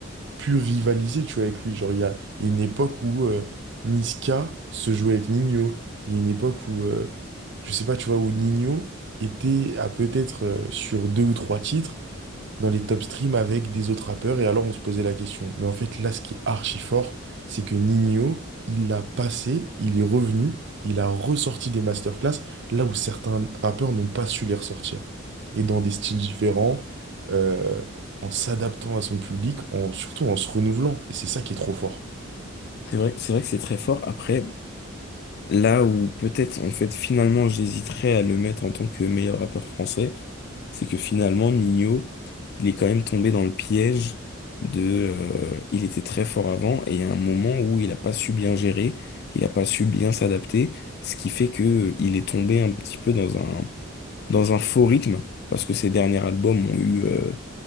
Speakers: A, on the right; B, on the left.
A: pu rivaliser, tu vois, avec lui. Genre, il y a, il y a une époque où euh, Niska se jouait avec Nino. Il y a une époque où, euh, je sais pas, tu vois, où Nino était à peut-être euh, sur deux ou trois titres dans les top streams avec des autres rappeurs et alors on se posait la question. Mais en fait, là, ce qui est archi fort, c'est que Nino, il l'a passé, il est revenu, il a ressorti des masterclass là où certains rappeurs n'ont pas su les ressortir. Et dans des styles différents, euh, en s'adaptant à son public, en, surtout en se renouvelant. Et c'est ça qui est trop fort.
B: C'est vrai, c'est vrai que c'est très fort. Après, là où peut-être, en fait, finalement, j'hésiterais à le mettre en tant que meilleur rappeur français, c'est que finalement, Nino, il est quand même tombé dans le piège de... euh, il était très fort avant et il y a un moment où il n'a pas su bien gérer, il n'a pas su bien s'adapter, ce qui fait que euh, il est tombé un petit peu dans un, dans un faux rythme, parce que ses derniers albums ont eu, euh,